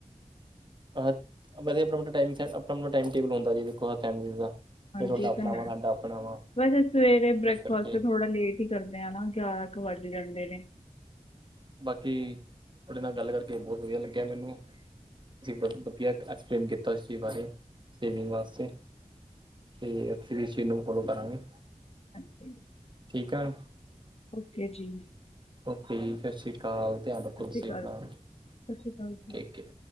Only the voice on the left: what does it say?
ਹਾਂਜੀ
ਇਹ
ਤਾਂ
ਹੈ,
ਵੈਸੇ ਸਵੇਰੇ ਬ੍ਰੇਕਫਾਸਟ
ਥੋੜਾ ਲੇਟ ਕੀ ਕਰਦੇ ਆ ਨਾ, ਗਿਆਰਾ ਕੁ ਵੱਜ ਜਾਂਦੇ ਨੇ
ਹਾਂਜੀ
ਓਕੇ ਜੀ।
ਸਤਿ
ਸ਼੍ਰੀ ਅਕਾਲ
ਸਤਿ ਸ਼੍ਰੀ ਅਕਾਲ